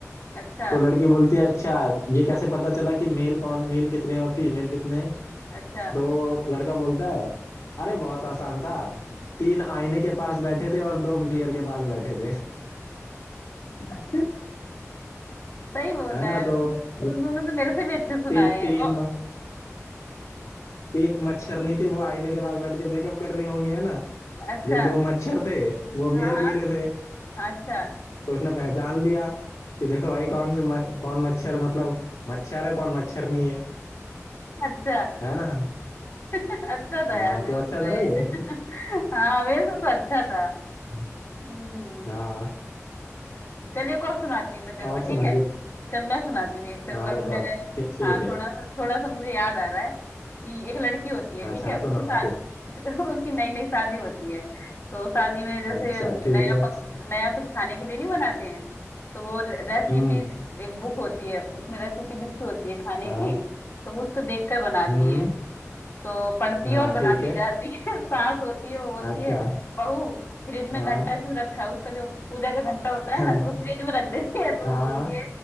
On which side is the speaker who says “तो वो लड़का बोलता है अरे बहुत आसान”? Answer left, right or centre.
Left